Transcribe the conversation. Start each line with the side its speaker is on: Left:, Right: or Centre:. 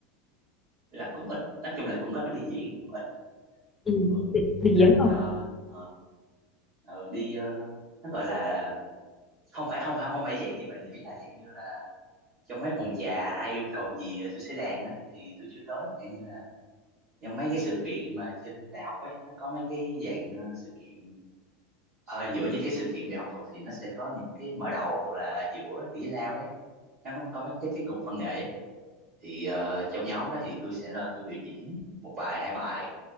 Right: là cũng ít nói chung là cũng có đi diễn nhưng mà ít
Left: Ừ.
Right: thường
Left: đi diễn
Right: cách ờ,
Left: không
Right: ờ, ờ, đi ờ, nó gọi là không phải không không phải dạng như bạn nghĩ là dạng như là trong mấy phòng trà ai yêu cầu gì ờ, tôi sẽ đàn á thì tôi chưa tới Dạng như là trong mấy cái sự kiện mà trên đại học ấy nó có mấy cái dạng ờ, sự kiện ở giữa những cái sự kiện về học thuật thì nó sẽ có những cái mở đầu hoặc là giữa giải lao ấy nó có, có mấy cái tiết mục văn nghệ ấy. thì ờ, trong nhóm đó thì tôi sẽ lên tôi biểu diễn một bài hai bài